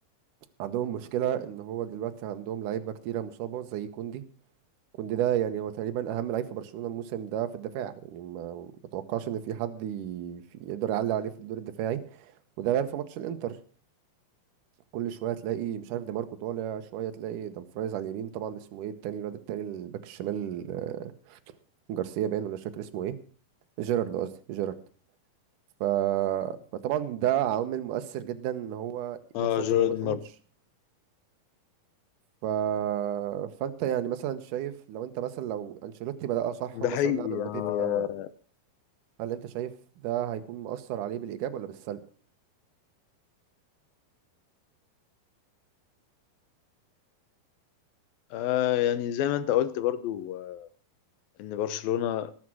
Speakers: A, on the right; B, on the left.
A: عندهم مشكله ان هو دلوقتي عندهم لعيبه كتيره مصابه زي كوندي كوندي ده يعني هو تقريبا اهم لعيب في برشلونه الموسم ده في الدفاع يعني ما ما اتوقعش ان في حد ي- في- يقدر يعلي عليه في الدور الدفاعي وده بان في ماتش الانتر كل شويه تلاقي مش عارف دي ماركو طالع شويه تلاقي دامفرايز على اليمين طبعا اسمه ايه التاني الواد التاني الباك الشمال آه، جارسيا باين ولا مش فاكر اسمه ايه جيرارد قصدي جيرارد ف... فطبعا ده عامل مؤثر جدا ان هو يحصل
B: اه جيرارد
A: تقلبات في الماتش
B: مارتن
A: ف... فانت يعني مثلا شايف لو انت مثلا لو انشيلوتي بدأ صح
B: ده
A: ومثلا
B: حقيقي
A: لعب
B: يعني
A: مبابي في الاول هل انت شايف ده هيكون مؤثر عليه بالايجاب ولا بالسلب
B: آه يعني زي ما انت قلت برضو ان برشلونة